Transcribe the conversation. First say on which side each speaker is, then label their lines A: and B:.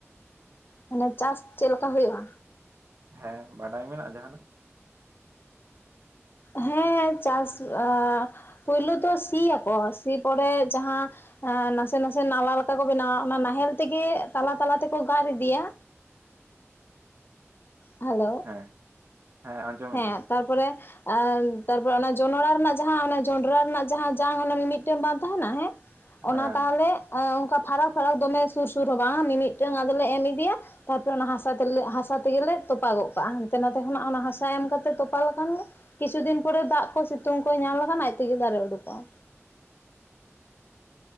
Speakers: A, on the left (about 45°); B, on the right (about 55°).
A: ᱢᱟᱱᱮ ᱪᱟᱥ ᱪᱮᱫ ᱞᱮᱠᱟ ᱦᱩᱭᱩᱜᱼᱟ
B: ᱦᱮᱸ ᱵᱟᱰᱟᱭ ᱢᱮᱱᱟᱜᱼᱟ ᱡᱟᱦᱟᱸᱱᱟᱜ
A: ᱦᱮᱸ ᱪᱟᱥ ᱦᱩᱭᱩᱜ-ᱟ ᱯᱳᱭᱞᱩ ᱫᱚ ᱥᱤᱭᱟᱠᱚ ᱥᱤ ᱯᱚᱨᱮ ᱡᱟᱦᱟᱸ ᱱᱟᱥᱮ ᱱᱟᱥᱮ ᱱᱟᱞᱟ ᱞᱮᱠᱟ ᱠᱚ ᱵᱮᱱᱟᱣᱟ ᱚᱱᱟ ᱱᱟᱦᱮᱞ ᱛᱮᱜᱮ ᱛᱟᱞᱟ ᱛᱟᱞᱟ ᱛᱮᱠᱚ ᱜᱟᱨ ᱤᱫᱤᱭᱟ᱾ ᱦᱮᱞᱳ
B: ᱦᱮᱸ ᱦᱮᱸ ᱟᱸᱡᱚᱢᱮᱫᱟᱹᱧ
A: ᱦᱮᱸ ᱛᱟᱨᱯᱚᱨᱮ ᱮ ᱛᱟᱨᱯᱚᱨᱮ ᱚᱱᱟ ᱡᱚᱱᱰᱲᱟ ᱨᱮᱱᱟᱜ ᱡᱚᱱᱰᱨᱟ ᱨᱮᱱᱟᱜ ᱡᱟᱝ ᱚᱱᱮ ᱢᱤᱢᱤᱫᱴᱟᱝ ᱵᱟᱝ ᱛᱟᱦᱮᱱᱟ ᱦᱮᱸ ᱚᱱᱟ
B: ᱦᱮᱸ
A: ᱛᱟᱦᱚᱞᱮ ᱚᱱᱠᱟ ᱯᱷᱟᱨᱟᱠ ᱯᱷᱟᱨᱟᱠ ᱫᱚᱢᱮ, ᱥᱩᱨ ᱥᱩᱨ ᱦᱚᱸ ᱵᱟᱝ ᱢᱤᱢᱤᱫᱴᱟᱝ ᱟᱫᱚᱞᱮ ᱮᱢ ᱤᱫᱤᱭᱟ ᱛᱟᱨᱯᱚᱨᱮ ᱚᱱᱟ ᱦᱟᱸᱥᱟ ᱛᱮᱞᱮ ᱦᱟᱸᱥᱟ ᱛᱮᱜᱮᱞᱮ ᱛᱚᱯᱟᱜᱚᱜ ᱠᱟᱜᱼᱟ ᱦᱟᱱᱛᱮ ᱱᱟᱛᱮ ᱠᱷᱚᱱᱟᱜ ᱚᱱᱟ ᱦᱟᱥᱟ ᱮᱢ ᱠᱟᱛᱮ ᱛᱚᱯᱟ ᱞᱮᱠᱷᱟᱱ ᱜᱮ ᱠᱤᱪᱷᱩ ᱫᱤᱱ ᱯᱚᱨᱮ ᱫᱟᱜ ᱠᱚ ᱥᱤᱛᱩᱝ ᱠᱚᱭ ᱧᱟᱢ ᱞᱮᱠᱷᱟᱱ ᱟᱡ ᱛᱮᱜᱮ ᱫᱟᱨᱮ ᱩᱰᱩᱠᱚᱜᱼᱟ᱾